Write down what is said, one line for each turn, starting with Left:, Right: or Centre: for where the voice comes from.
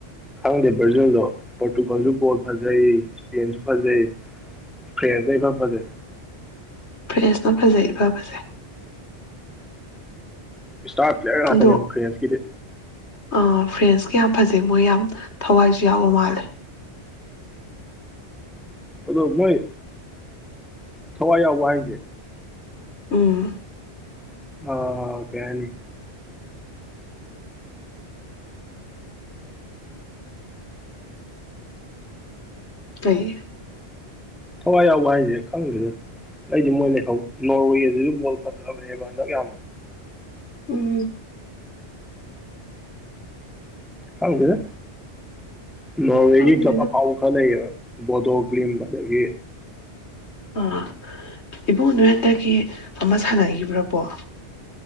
Centre: ꯈꯪꯗꯦ ꯕ꯭ꯔꯖꯤꯜꯗꯣ ꯄꯣꯔꯇꯨꯒꯜꯁꯨ ꯕꯣꯜ ꯐꯖꯩ ꯏꯁꯄꯦꯟꯁꯨ ꯐꯖꯩ ꯐ꯭ꯔꯦꯟꯁꯅ ꯏꯐ ꯐꯖꯩ
Left: ꯐ꯭ꯔꯦꯟꯁꯅ ꯐꯖꯩ ꯏ ꯐ ꯐꯖꯩ
Centre: ꯏꯁꯇꯥꯔ ꯄ꯭ꯂꯦꯌꯔ ꯉꯥꯛꯇꯥꯅꯦ
Left: ꯑꯗꯣ
Centre: ꯐ꯭ꯔꯦꯟꯁ ꯀꯤꯗꯤ
Left: ꯑꯥ ꯐ꯭ꯔꯦꯟꯁꯀꯤ ꯌꯥꯝ ꯐꯖꯩ ꯃꯣꯏ ꯌꯥꯝ ꯊꯋꯥꯏꯁꯨ ꯌꯥꯎꯕ ꯃꯥꯜꯂꯦ
Centre: ꯑꯗꯣ ꯃꯣꯏ ꯊꯋꯥꯏ ꯌꯥꯎꯕ ꯍꯥꯏꯁꯦ
Left: ꯎꯝ
Centre: ꯑ ꯀꯩ ꯍꯥꯏꯅꯤ
Left: ꯀꯩ
Centre: ꯊꯋꯥꯏ ꯌꯥꯎꯕ ꯍꯥꯏꯁꯦ ꯈꯪꯗꯦꯗ ꯑꯩꯗꯤ ꯃꯣꯏ ꯂꯩꯍꯧ ꯅꯣꯔꯋꯦꯁꯤꯁꯨ ꯕꯣꯜ ꯐꯖꯕꯅꯦꯕ ꯍꯟꯗꯛ ꯌꯥꯝꯅ
Left: ꯎꯝ
Centre: ꯈꯪꯗꯦꯗ ꯅꯣꯔꯋꯦꯒꯤ
Left: ꯈꯪꯗꯦ
Centre: ꯀꯥꯂꯞ
Left: ꯅꯪ
Centre: ꯑꯐꯥꯎꯕ ꯈꯔ ꯂꯩꯌꯦꯕ ꯕꯣꯟꯗꯣ ꯀ꯭ꯂꯤꯝ ꯑꯒꯗꯒꯤ
Left: ꯑ ꯏꯕꯨꯡ ꯅꯣꯢ ꯍꯟꯇꯛꯀꯤ ꯑꯃ ꯁꯥꯟꯅꯈꯤꯕ꯭ꯔ ꯕꯣꯜ